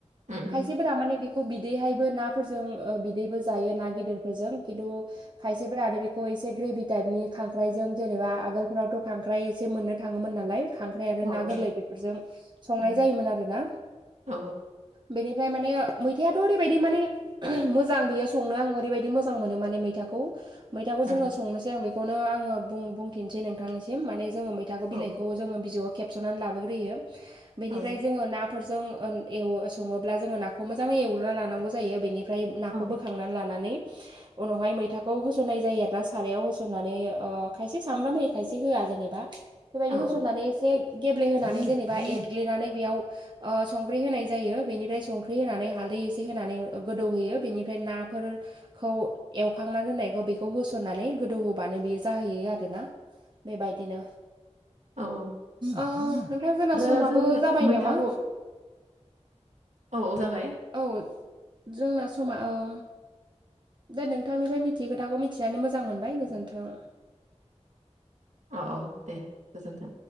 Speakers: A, on the right; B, on the right.
A: उम उम
B: खायसेफोरा माने बेखौ बिदैहायबो नाफोरजों बिदैबो जायो ना गेदेरफोरजों खिन्थु खायसेफोरा आरो बेखौ एसे ग्रेभि टाइपनि खांख्राइजों जेनेबा आगोलफ्रावथ' खांख्राइ एसे मोननो थाङोमोन नालाय खांख्राइ आरो
A: औ
B: ना
A: औ
B: गोरलै बेफोरजों संनाय
A: उम
B: जायोमोन आरो ना।
A: औ
B: बेनिफ्राय माने मैथायाथ' ओरैबायदि माने मोजां बियो संनो आं ओरैबायाददि मोजां मोनो माने मैथाखौ। मैथाखौ
A: उम
B: जोङो संनोसै आं बेखौनो आङो बुं बुंथिनसै नोंथांनिसिम माने जोङो मै थाखो
A: औ
B: बिलाइखौ जोङो बिजौआव खेबस'नानै लाबोग्रोयो बेनिफ्राय
A: औ
B: जोङो ना फोरजों एव सङोब्ला जोङो नाखौ मोजाङै एवग्रोना लानांगौ जायो बेनि फ्राय नाखौ
A: औ
B: बोखांनानै लानानै उनावहाय मैथाखौ होसननाय जायो आरो ना सारायाव होसननानै ओ खायसे सामब्राम मै खायसे होआ जेनेबा बेबायदि
A: औ
B: होसननानै एसे गेब्लेहोनानै जेनेबा एरग्लिनानै बेयाव संख्रि होनाय जायो बेनिफ्राय संख्रि होनानै हालदै एसे होनानै गोदौहोयो बेनिफ्राय नाफोर खौ एवखांना दोन्नायखौ बेखौ होसननानै गोदौ होबानो बेयो जाहोयो। बि आरोना बेबायदिनो
A: औ औ
B: अ नोंथां जोंना
A: आरो
B: समाबो
A: जों
B: जाबाय
A: मैथाखौ
B: नामा
A: औ औ जाबाय
B: औ जोंना समा औ दे नोंथांनिफ्राय मिथियै खोथाखौ मिथिनानै मोजां मोनबाय गोजोन्थों
A: औ औ दे गोजोन्थों।